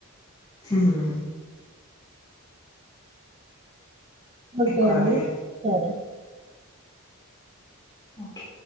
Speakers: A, on the left; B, on the right.
A: హు హు హ్మ్
B: ఓకే
A: ఎక్కువ
B: అండి
A: అదే
B: సరే
A: ఓకే